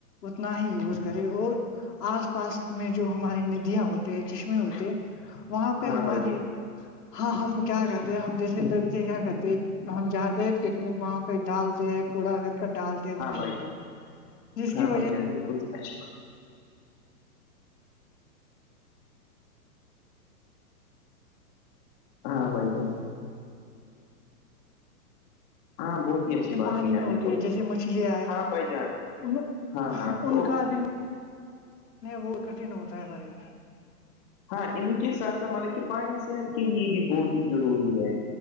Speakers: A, on the left (about 80°); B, on the left (about 25°).
A: اتنا ہی یوز کرے اور آس پاس میں جو ہماری ندیاں ہوتے ہیں چشمے ہوتے وہاں پہ
B: ہاں
A: ہمارے
B: بھائی
A: ہاں ہم کیا کرتے ہم جیسے لڑکے کیا کرتے ہم جاتے ہیں پکنک وہاں پہ ڈالتے کوڑا کرکٹ ڈالتے ہیں وہیں
B: ہاں بھائی جان
A: پہ جس کی
B: ہاں
A: وجہ
B: بھائی جان بالکل اچھی بات ہاں بھائی جان ہاں بہت ہی اچھی بات
A: پانی
B: کی
A: میں
B: آپ
A: ہوتی
B: نے تو
A: ہے جیسے مچھلیاں ہے
B: ہاں بھائی جان
A: ان
B: ہاں ہاں تو
A: ان کا بھی وہ کٹھن ہوتا ہے بھائی جان
B: ہاں انہیں کے ساتھ ساتھ مطلب کہ پانی صحت کے لیے بھی بہت ہی ضروری ہے